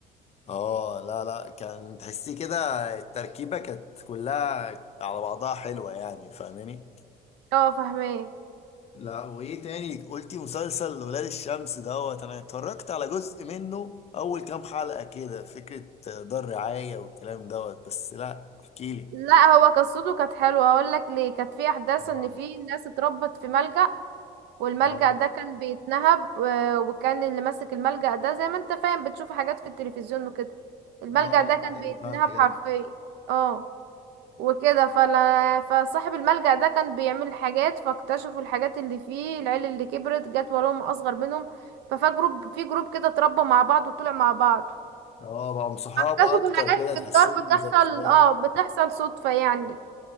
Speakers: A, on the left (about 40°); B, on the right (about 85°).
A: اه لا لا كان تحسيه كده التركيبة كانت كلها على بعضها حلوة يعني فاهماني
B: اه فاهماه
A: لا وايه تاني قلتي مسلسل ولاد الشمس دوت انا اتفرجت على جزء منه اول كام حلقة كده فكرة دار رعاية والكلام دوت بس لا احكيلي
B: لا هو قصته كانت حلوة هقول لك ليه كانت في احداث
A: اه
B: ان في ناس اتربت في ملجأ والملجأ
A: اه
B: ده كان بيتنهب آه، وكان اللي ماسك الملجأ ده زي ما انت فاهم بتشوف حاجات في التلفزيون وكده الملجأ
A: اه
B: ده كان
A: عارف
B: بيتنهب
A: انا الحاجات
B: حرفيا
A: دي
B: اه وكده فلا فصاحب الملجأ ده كان بيعمل حاجات فاكتشفوا الحاجات اللي فيه العيال اللي كبرت جت وراهم أصغر منهم ففي جروب في جروب كده اتربى مع بعض وطلع مع بعض
A: اه بقى صحاب
B: اكتشفوا
A: اكتر
B: حاجات
A: كده
B: في
A: تحسهم
B: الدار بتحصل
A: زي اخوات
B: اه بتحصل صدفة يعني